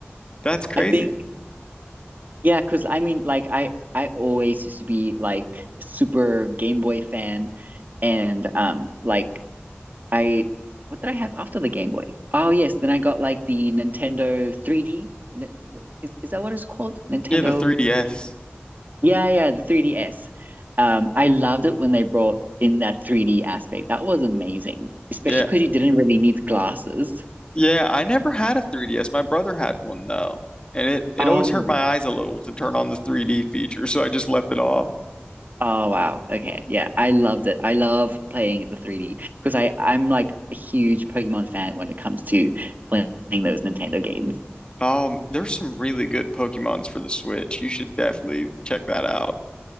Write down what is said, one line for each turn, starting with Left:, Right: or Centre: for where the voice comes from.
Left: That's crazy.
Right: I think, yeah, because I mean, like, I, I always used to be like super Game Boy fan. And um like I what did I have after the Game Boy? Oh yes, then I got like the Nintendo 3D. N- w- Is is that what it's called? Nintendo
Left: Yeah, the 3DS.
Right: Yeah, yeah, the 3DS. Um, I loved it when they brought in that 3D aspect. That was amazing, especially
Left: Yeah,
Right: because you didn't really need glasses.
Left: Yeah, I never had a 3DS. My brother had one though, and it it
Right: Oh,
Left: always hurt my eyes a little to turn on the 3D feature, so I just left it off.
Right: oh wow. Okay, yeah, I loved it. I love playing the 3D because I I'm like a huge Pokemon fan when it comes to playing those Nintendo games.
Left: Um, there's some really good Pokemons for the Switch. You should definitely check that out.